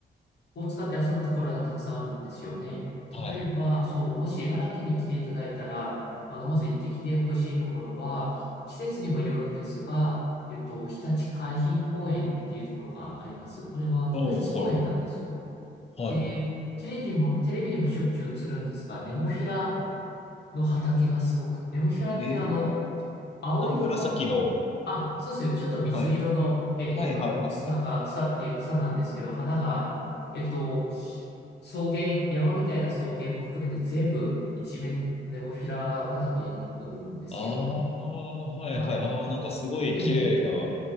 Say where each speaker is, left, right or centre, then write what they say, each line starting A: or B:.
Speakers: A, on the left (about 60°); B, on the left (about 35°).
A: を使って遊ぶところがたくさんあるんですよね。
B: はい。
A: 例えば、そう、もし茨城に来ていただいたら、あの、まず行ってきてほしいところは、季節にもよるんですが、えっと、日立海浜公園っていうところがあります。これは国立公園なんですよ。
B: おお、はい、はい。はい。
A: で、テレビも、テレビにもしょっちゅう映るんですが、ネモフィラの畑がすごく、ネモフィラっていうあの、
B: ええ
A: 青色の
B: なんか紫の、
A: あ、そうですよ。ちょっと水色の、
B: はい。
A: ええ、
B: はい、
A: あの、
B: はい、はい、
A: 草が、
B: はい。
A: 草っていう草なんですけど、花が、えっと、草原、山みたいな草原も含めて全部一面ネモフィラ畑になってくるんですよ。
B: ああ、はいはい。
A: はい。
B: ああ、なんかすごい綺麗な
A: ええ、